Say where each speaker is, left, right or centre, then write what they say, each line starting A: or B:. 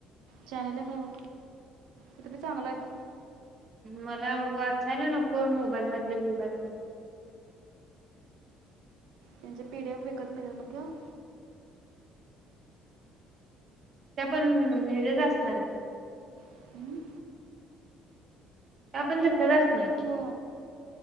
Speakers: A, on the right; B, on the right.
A: चॅनेल एक हाय बघ, तिथं भी चांगल हायत.
B: मला वाचायला नको मोबाईल मधल बीबाईल मधलं.
A: त्यांच्या पिढ्याव विकत मिळलं मग घेऊ?
B: त्या पण हेज्याचं असणार की.
A: हम्म.
B: ह्या पण तसेच असणार
A: तू
B: की.